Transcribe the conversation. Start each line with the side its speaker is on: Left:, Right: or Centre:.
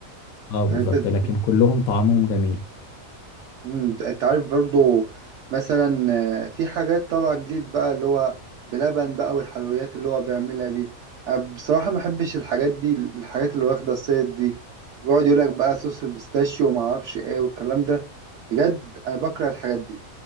Left: اه بالظبط
Right: يعني انت
Left: لكن كلهم طعمهم جميل
Right: مم، انت عارف برضو مثلا آه، في حاجات طالعة جديد بقى اللي هو بلبن بقى والحلويات اللي هو بيعملها دي أنا بصراحة ما بحبش الحاجات دي الحاجات اللي واخدة الصيد دي ويقعد يقولك بقى صوص البيستاشيو وما اعرفش ايه والكلام ده بجد انا بكره الحاجات دي